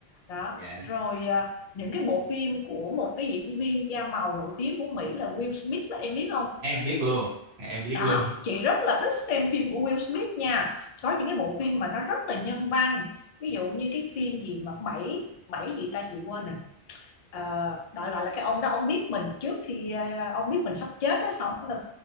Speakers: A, on the left; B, on the right.
A: Đó.
B: Dạ.
A: Rồi à, những cái bộ phim của một cái diễn viên da màu nổi tiếng của Mỹ là Will Smith đó, em biết không?
B: Em biết luôn, em biết
A: Đó,
B: luôn.
A: chị rất là thích xem phim của Will Smith nha. Có những cái bộ phim mà nó rất là nhân văn. Ví dụ như cái phim gì mà bảy bảy gì ta chị quên rồi Ờ, đại loại là cái ông đó ông biết mình trước khi ờ, ông biết mình sắp chết á xong ông đã